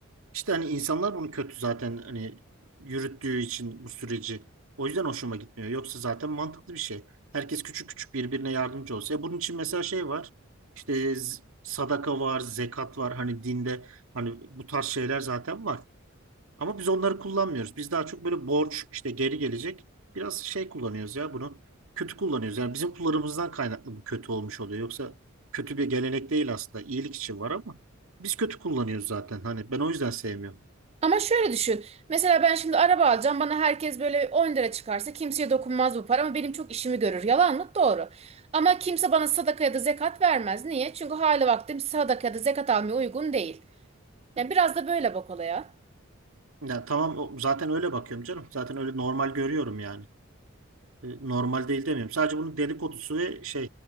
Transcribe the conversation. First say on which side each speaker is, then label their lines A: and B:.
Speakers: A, on the right; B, on the right.
A: İşte hani insanlar bunu kötü zaten hani yürüttüğü için bu süreci. O yüzden hoşuma gitmiyor. Yoksa zaten mantıklı bir şey. Herkes küçük küçük birbirine yardımcı olsa. E bunun için mesela şey var. İşte z- sadaka var, zekat var. Hani dinde hani bu tarz şeyler zaten var. Ama biz onları kullanmıyoruz. Biz daha çok böyle borç işte geri gelecek. Biraz şey kullanıyoruz ya bunu. Kötü kullanıyoruz. Yani bizim kullarımızdan kaynaklı bu kötü olmuş oluyor. Yoksa kötü bir gelenek değil aslında. İyilik için var ama biz kötü kullanıyoruz zaten. Hani ben o yüzden sevmiyorum.
B: Ama şöyle düşün. Mesela ben şimdi araba alacağım. Bana herkes böyle 10 lira çıkarsa kimseye dokunmaz bu para ama benim çok işimi görür. Yalan mı? Doğru. Ama kimse bana sadaka ya da zekat vermez. Niye? Çünkü hali vaktim sadaka ya da zekat almaya uygun değil. Yani biraz da böyle bak olaya.
A: Ya tamam o- zaten öyle bakıyorum canım. Zaten öyle normal görüyorum yani. E, Normal değil demiyorum. Sadece bunun dedikodusu ve şey